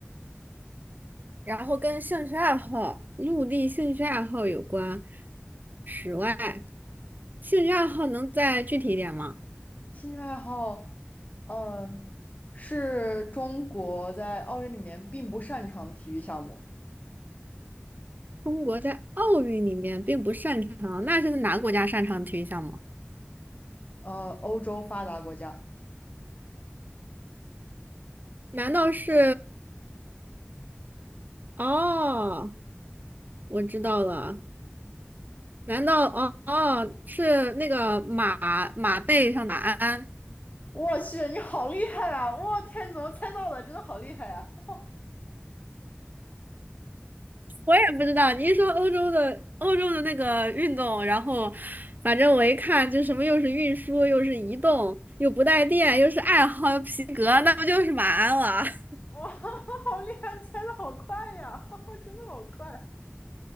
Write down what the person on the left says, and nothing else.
兴趣爱好，呃，是中国在奥运里面并不擅长的体育项目，
呃，欧洲发达国家。
我去，你好厉害啊！我天，你怎么猜到的？真的好厉害呀、<laughs>
哇，好厉害，猜的好快呀！<laughs> 真的好快啊。